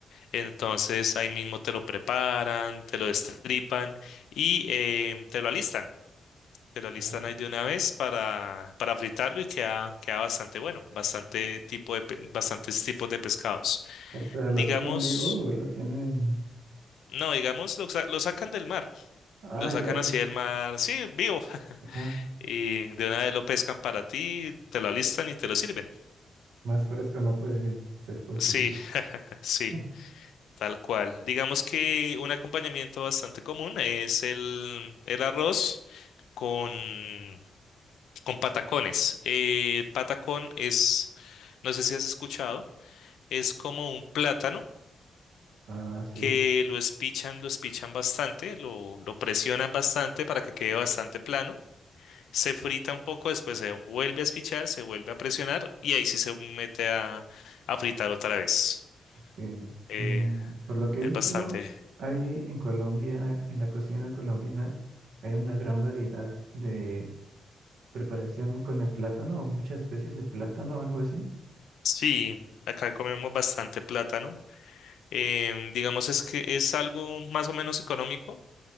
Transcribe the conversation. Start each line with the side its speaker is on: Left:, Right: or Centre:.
Left: Entonces ahí mismo te lo preparan, te lo destripan y em, te lo alistan. Te lo listan
Right: Ah, ok.
Left: ahí de una vez para, para fritarlo y queda, queda bastante bueno, bastante tipo de, pe- bastantes tipos de pescados.
Right: O sea, ¿lo
Left: Digamos,
Right: tienen vivo o lo tienen...
Left: no, digamos, lo, sa- lo sacan del mar,
Right: Ah,
Left: lo sacan
Right: ya.
Left: así del mar, sí, vivo, <laughs>
Right: Ah,
Left: y de una vez lo pescan para ti, te lo alistan y te lo sirven.
Right: más fresco no puede ser posible.
Left: Sí, <laughs> sí,
Right: <laughs>
Left: tal cual. Digamos que un acompañamiento bastante común es el, el arroz con, con patacones. Eh, patacón es, no sé si has escuchado. es como un plátano
Right: Ah, sí.
Left: que lo espichan, lo espichan bastante, lo, lo presionan bastante para que quede bastante plano. Se frita un poco, después se vuelve a espichar, se vuelve a presionar y ahí sí se mete a, a fritar otra vez.
Right: Ok.
Left: Eh,
Right: Mm, por lo que
Left: es
Right: he visto,
Left: bastante.
Right: hay en Colombia, en la cocina colombiana, hay una gran variedad de preparación con el plátano o muchas especies de plátano o algo así.
Left: Sí, acá comemos bastante plátano. Em, digamos es que es algo más o menos económico